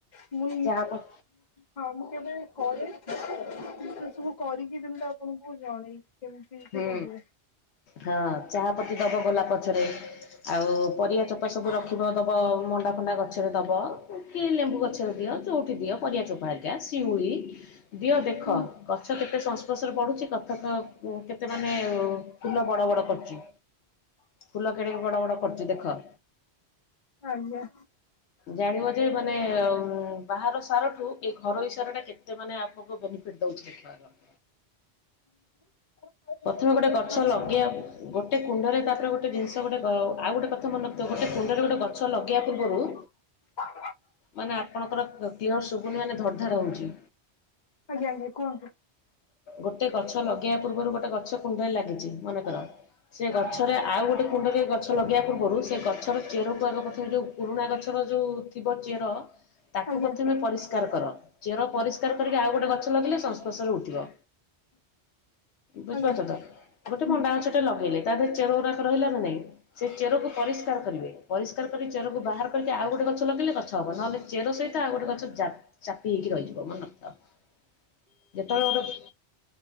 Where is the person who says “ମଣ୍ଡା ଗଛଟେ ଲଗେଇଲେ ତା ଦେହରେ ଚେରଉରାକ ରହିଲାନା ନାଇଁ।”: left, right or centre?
Left